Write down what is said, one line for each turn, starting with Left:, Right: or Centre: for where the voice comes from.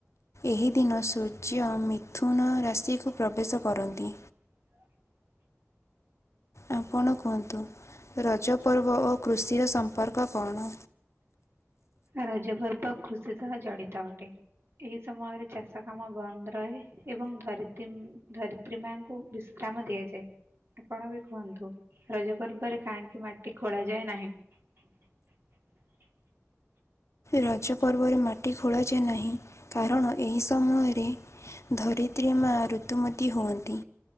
Left: ଏହି ଦିନ ସୂର୍ଯ୍ୟ ମିଥୁନ ରାଶିକୁ ପ୍ରବେଶ କରନ୍ତି।
Right: <unintelligible>
Left: ଆପଣ କୁହନ୍ତୁ ରଜପର୍ବ ଓ କୃଷିର ସମ୍ପର୍କ କଣ?
Right: ରଜ ପର୍ବ କୃଷି ସହ ଜଡ଼ିତ ଅଟେ। ଏହି ସମୟରେ ଚାଷ କାମ ବନ୍ଦ ରହେ ଏବଂ ଧରିତ୍ରୀ ଧରିତ୍ରୀ ମାଙ୍କୁ ବି ଶ୍ରାମ ଦିଆଯଏ। ଆପଣ ବି କୁହନ୍ତୁ ରଜ ପର୍ବରେ କାହିଁକି ମାଟି ଖୋଳା ଯାଏ ନାହିଁ? <inaudible>
Left: ରଜ ପର୍ବରେ ମାଟି ଖୋଳାଯାଏ ନାହିଁ କାରଣ ଏହି ସମୟରେ ଧରିତ୍ରୀ ମା ଋତୁମତୀ ହୁଅନ୍ତି।